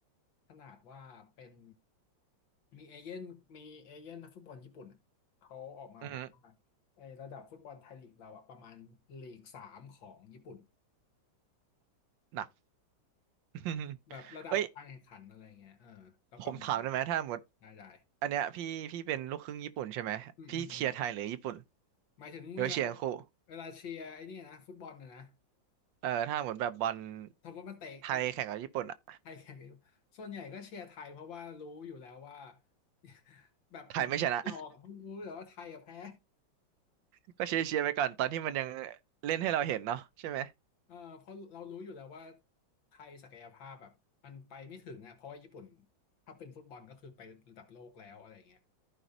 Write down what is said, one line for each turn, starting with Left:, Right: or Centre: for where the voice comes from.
Left: ขนาดว่าเป็นมีเอเย่นมีเอเย่นนักฟุตบอลญี่ปุ่นอะเขาออกมาบอกว่า
Right: อือหือ
Left: ไอ้ระดับฟุตบอลไทยลีกเราอ่ะประมาณลีกสามของญี่ปุ่น
Right: หนัก <laughs>
Left: แบบระดับการแข่งขันอะไรเงี้ยเออก็ประมาณ
Right: เอ้ยผมถามได้ไหมถ้าหมด
Left: ได้ได้
Right: อันเนี้ยพี่พี่เป็นลูกครึ่งญี่ปุ่นใช่ไหมพี่เชียร์ไทยหรือญี่ปุ่น
Left: อืมอืมอืมหมายถึงเวลา
Right: หรือว่าเชียร์ทั้งคู่
Left: เวลาเชียร์ไอ้นี่นะฟุตบอลนะนะ
Right: เออถ้าหมดแบบบอล
Left: สมมติมันเตะมันเตะ
Right: ไทยแข่งกับญี่ปุ่นอ่ะ
Left: ไทยแข่งกันอยู่ส่วนใหญ่ก็เชียร์ไทยเพราะว่ารู้อยู่แล้วว่า <laughs> แบบเหมือนเชียร์รองเพราะรู้อยู่แล้วว่าไทยอะแพ้
Right: ไทยไม่ชนะ <laughs> ก็เชียร์เชียร์ไปก่อนตอนที่มันยังเล่นให้เราเห็นเนาะใช่ไหม
Left: <laughs> เออเพราะเรารู้อยู่แล้วว่าไทยศักยภาพแบบมันไปไม่ถึงอ่ะเพราะว่าญี่ปุ่นถ้าเป็นฟุตบอลก็คือไประดับโลกแล้วอะไรเงี้ย